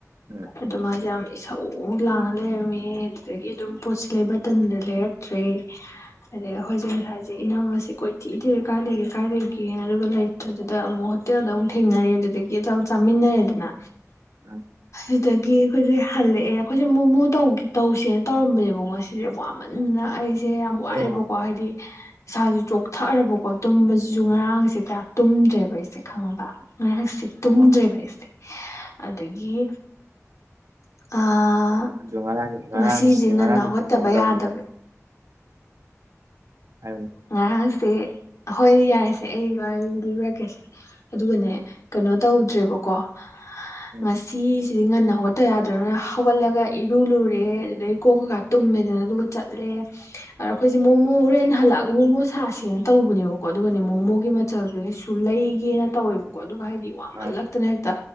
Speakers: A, on the right; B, on the left.
A: ꯎꯝ
B: ꯑꯗꯣ ꯃꯥꯖꯦ ꯌꯥꯝ ꯏꯁꯧ ꯂꯥꯡꯉ ꯂꯩꯔꯝꯃꯦ ꯑꯗꯨꯗꯒꯤ ꯑꯗꯨꯝ ꯄꯣꯠꯁꯦ ꯂꯩꯕ ꯇꯟꯗꯅ ꯂꯩꯔꯛꯇ꯭ꯔꯦ
A: <inaudible>
B: ꯑꯗꯒꯤ ꯑꯩꯈꯣꯏꯖꯦ ꯉꯁꯥꯏꯖꯦ ꯏꯅꯝꯃꯖꯦ ꯀꯣꯏꯊꯤ ꯊꯤꯔꯦ ꯀꯥꯏ ꯂꯩꯒꯦ ꯀꯥꯏ ꯂꯩꯒꯦꯅ ꯑꯗꯨꯒ ꯂꯩ ꯇꯨꯗꯨꯗ ꯑꯃꯨꯛ ꯍꯣꯇꯦꯜꯗ ꯑꯃꯨꯛ ꯊꯦꯡꯅꯔꯦ ꯑꯗꯨꯗꯒꯤ ꯑꯆꯥꯄꯣꯠ ꯆꯥꯃꯤꯟꯅꯔꯦꯗꯅ
A: ꯎꯝ
B: ꯑꯗꯒꯤ ꯑꯩꯈꯣꯏꯖꯦ ꯍꯜꯂꯛꯑꯦ ꯑꯩꯈꯣꯏꯁꯦ ꯃꯣꯃꯣ ꯇꯧꯒꯦ ꯇꯧꯁꯦꯅ ꯇꯧꯔꯝꯕꯅꯦꯕ ꯉꯁꯤ ꯁꯦ ꯋꯥꯃꯟꯗꯅ ꯑꯩ ꯁꯦ ꯌꯥꯝ ꯋꯥꯔꯦꯕꯀꯣ
A: ꯑꯣ
B: ꯍꯥꯏꯗꯤ ꯏꯁꯥꯖꯨ ꯆꯣꯛꯊꯔꯕꯀꯣ ꯇꯨꯝꯕꯖꯤꯖꯨ
A: ꯎꯝ
B: ꯉꯔꯥꯡꯖꯦ ꯀꯌꯥ ꯇꯨꯝꯗ꯭ꯔꯦꯕ ꯑꯩꯁꯦ ꯈꯪꯉꯕ ꯉꯔꯥꯡꯁꯦ ꯇꯨꯝꯗ꯭ꯔꯦꯕ
A: ꯑꯥ
B: ꯑꯩꯁꯦ ꯑꯗꯒꯤ ꯑꯥ
A: ꯑꯗꯨ ꯉꯔꯥꯡ ꯉꯔꯥꯡꯁꯤ
B: ꯉꯁꯤꯖꯦ ꯉꯟꯅ
A: ꯉꯔꯥꯡꯗꯤ
B: ꯍꯧꯒꯠꯇꯕ
A: ꯇꯨꯝꯍꯧꯗ꯭ꯔꯕꯅꯤ
B: ꯌꯥꯗꯕ
A: ꯍꯥꯏꯌꯨꯅꯦ
B: ꯉꯔꯥꯡꯁꯦ ꯍꯣꯏ ꯌꯥꯔꯦꯁꯦ ꯑꯩ ꯋꯥꯔꯤ ꯂꯤꯕꯤꯔꯛꯀꯦꯁꯦ ꯑꯗꯨꯒꯅꯦ ꯀꯅꯣ ꯇꯧꯗ꯭ꯔꯦꯕꯀꯣ
A: ꯎꯝ
B: ꯉꯁꯤ ꯁꯤꯗꯤ ꯉꯟꯅ ꯍꯧꯒꯠꯇ ꯌꯥꯗ꯭ꯔꯝꯅꯤꯅ ꯍꯧꯒꯠꯂꯒ ꯏꯔꯨ ꯂꯨꯔꯦ ꯑꯗꯨꯗꯒꯤ ꯀꯣꯛ ꯀꯩꯀ ꯇꯨꯝꯃꯦꯗꯅ ꯑꯗꯨꯒ ꯆꯠꯂꯦ ꯑꯗꯣ ꯑꯩꯈꯣꯏꯁꯦ ꯃꯣꯃꯣ ꯍꯣꯔꯦꯟ ꯍꯜꯂꯛꯑꯒ ꯃꯣꯃꯣ ꯁꯥꯁꯦꯅ ꯇꯧꯕꯅꯦꯕꯀꯣ ꯑꯗꯨꯒꯅꯦ ꯃꯣꯃꯣꯒꯤ ꯃꯆꯜꯒꯩ ꯁꯨ ꯂꯩꯒꯦꯅ ꯇꯧꯋꯦꯕꯀꯣ ꯑꯗꯨꯒ ꯍꯥꯏꯗꯤ ꯋꯥꯃꯜꯂꯛꯇꯅ
A: ꯑꯥ
B: ꯍꯦꯛꯇ